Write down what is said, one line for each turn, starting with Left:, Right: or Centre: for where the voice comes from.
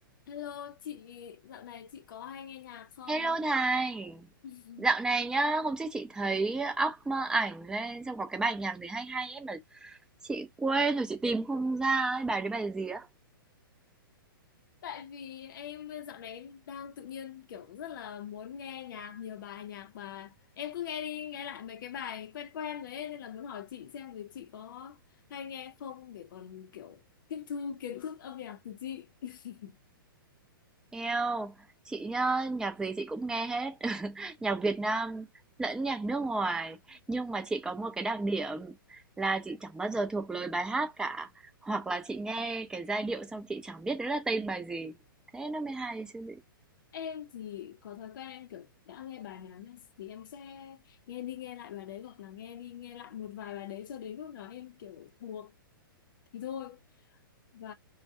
Left: Hello chị, dạo này chị có hay nghe nhạc không?
Centre: Hello Thành,
Left: <laughs>
Centre: dạo này nhá, hôm trước chị thấy up ờ, ảnh lên xong có cái bài nhạc gì hay hay ấy mà chị quên rồi chị tìm không ra ấy, bài đấy bài gì á?
Left: Tại vì em ờ, dạo này đang tự nhiên kiểu rất là muốn nghe nhạc, nhiều bài nhạc mà em cứ nghe đi nghe lại mấy cái bài quen quen đấy nên là muốn hỏi chị xem thì chị có hay nghe không để còn kiểu tiếp thu kiến thức âm nhạc từ chị. <laughs>
Centre: Eo, chị nhá, nhạc gì chị cũng nghe hết, <laughs> nhạc Việt Nam lẫn nhạc nước ngoài, nhưng mà chị có một cái đặc điểm là chị chẳng bao giờ thuộc lời bài hát cả, hoặc là chị nghe cái giai điệu xong chị chẳng biết đấy là tên bài gì, thế nó mới hay chứ
Left: Em thì có thói quen em kiểu đã nghe bài nào nhá, thì em sẽ nghe đi nghe lại bài đấy hoặc là nghe đi nghe lại một vài bài đấy cho đến lúc nào em kiểu thuộc thì thôi và